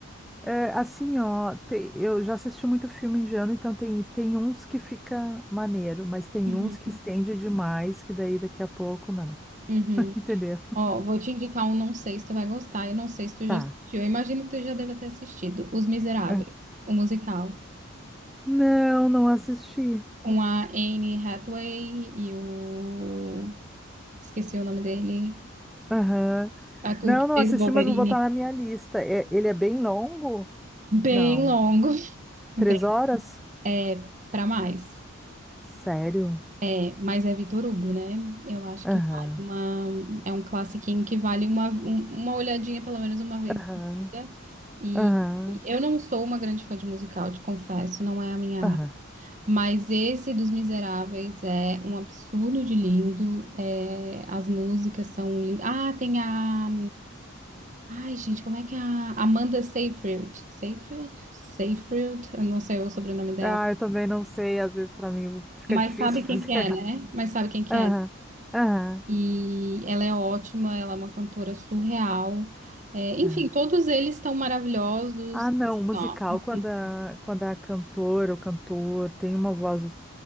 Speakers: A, in the centre; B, on the right (about 35°).
A: É, assim, ó, tem- eu já assisti muito filme indiano, então tem, tem uns que fica maneiro, mas tem
B: Uhum.
A: uns que estende demais, que daí daqui a pouco não.
B: Uhum.
A: <laughs> Entendeu?
B: Ó, vou te indicar um, não sei se tu vai gostar, e não sei se tu
A: Tá.
B: já assistiu. Eu imagino que tu já deva ter assistido. Os Miseráveis,
A: É.
B: o musical.
A: Não, não assisti.
B: Com a Anne Hathaway e o... Esqueci o nome dele.
A: Aham.
B: A, que
A: Não,
B: o que
A: não
B: fez
A: assisti,
B: o Wolverine.
A: mas vou botar na minha lista. É- ele é bem longo?
B: Bem
A: Não.
B: longo. <laughs> Bem,
A: Três horas?
B: é, pra mais.
A: Sério?
B: É, mas é Vitor Hugo, né? Eu acho
A: Aham.
B: que vale uma... É um classiquinho que vale uma, um- uma olhadinha pelo menos uma vez
A: Aham.
B: na vida. E...
A: Aham.
B: e Eu não sou uma grande fã de musical, te confesso, não é a minha
A: Aham.
B: área. Mas esse dos Miseráveis é um absurdo de lindo. é, as músicas são lindas. Ah, tem a. Ai, gente, como é que é a Amanda Seyfried? Seyfried? Seyfried? Eu não sei o sobrenome dela.
A: Ah, eu também não sei, às vezes pra mim fica
B: Mas
A: difícil
B: sabe
A: <laughs> fazer
B: quem que é, né? Mas sabe quem que
A: Aham,
B: é.
A: aham,
B: E ela é ótima, ela é uma cantora surreal. É, enfim,
A: aham.
B: todos eles estão maravilhosos.
A: Ah, não,
B: Assim,
A: musical,
B: ó, assistam.
A: quando a, quando a cantora ou cantor tem uma voz